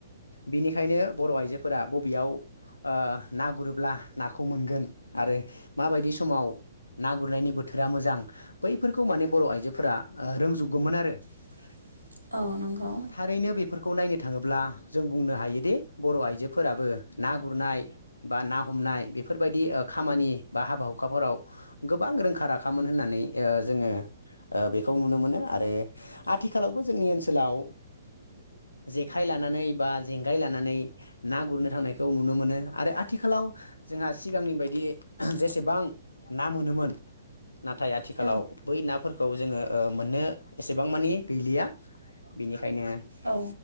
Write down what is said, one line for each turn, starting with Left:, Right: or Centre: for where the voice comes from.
Left: बिनिखायनो बर' आइजोफोरा बबेयाव ओ। ना गुरोब्ला नाखौ मोनगोन आरो माबायदि समाव। ना गुरनायनि बोथोरा मोजां बैफोरखौ माने बर' आइजोफोरा रोंजोबगौमोन आरो।
Right: <unintelligible> नंगौ
Left: थारैनो बेफोर खौ नायनो थाङोब्ला जों बुंनो हायोदि बर' आइजोफोराबो ना गुरनाय। बा ना हमनाय बेफोरबायदि खामानि बा हाबा हुखाफोराव गोबां रोंखा राखामोन होनना। नै ओ जोङो। ओ बेखौ नुनो मोनो आरो आथिखालावबो जोंनि ओनसोलाव। जेखाइ लानानै बा जेंगाय लानानै ना गुरनो थांनायखौ नुनो मोनो। आरो आथिखालाव जोंहा सिगांनि बायदि ओम जेसेबां ना मोनोमोन। नाथाय आथिखालाव
Right: औ
Left: बै नाफोरखौ जोङो। ओ मोननो एसेबां मानि गैलिया बिनिखायनो
Right: औ